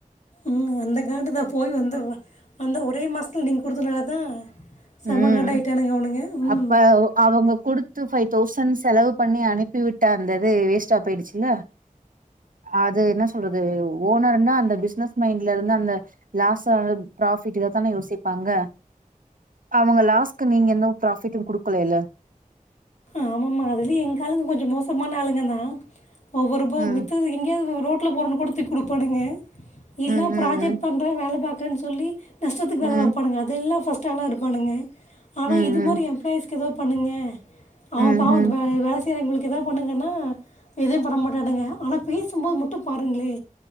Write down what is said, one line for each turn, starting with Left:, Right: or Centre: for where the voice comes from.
Left: ம் அந்த காண்டுதா போய் வந்த அந்த ஒரே மாசத்துல நீங்க குடுத்தனாலதா செம்ப
Right: ம்
Left: கான்டாயிட்டானுங்க அவனுங்க ம்
Right: அப்ப அவங்க குடுத்து ஃபைவ் தௌசண்ட் செலவு பண்ணி அனுப்பிவிட்டா அந்தது வேஸ்ட்ட ஆ போயிடுச்சுல அது என்ன சொல்றது ஓனர்ருனா அந்த பிசினஸ் மைண்ட்ல இருந்து அந்த லாஸ் ப்ராஃபிட் இதத்தானே யோசிப்பாங்க அவங்க லாஸ்க்கு நீங்க எந்த ப்ராஃபிட்டு குடுக்கல இல்ல
Left: ஆமாமா அதுலய எங்க ஆளுங்கதா கொஞ்ச மோசமான ஆளுங்கதா ஒவ்வொருபா
Right: ம்
Left: மித்தது எங்கேயாவது ரோட் ல போரனுக் தூக்கி குடுப்பானுங்க இல்ல
Right: ம் ம்
Left: ப்ராஜெக்ட் பண்ற வேலை பாக்ரேன்னு சொல்லி நஷ்டத்துக்கு
Right: ம்
Left: வேலை வைப்பானங்க அதெல்ல பர்ஸ்ட் ஆனா இருப்பானுங்க ஆனா
Right: ம்
Left: இது
Right: ம்
Left: மாரி எம்ப்ளாயிஸ்க ஏதா பண்ணுங்க அவ
Right: ம்
Left: பாவ
Right: ம்
Left: வேல எங்களுக்கு எதாவ பண்ணுங்கன்னா எது பண்ண மாட்டானுங்க ஆனா பேசும்போது மட்டு பாருங்ளே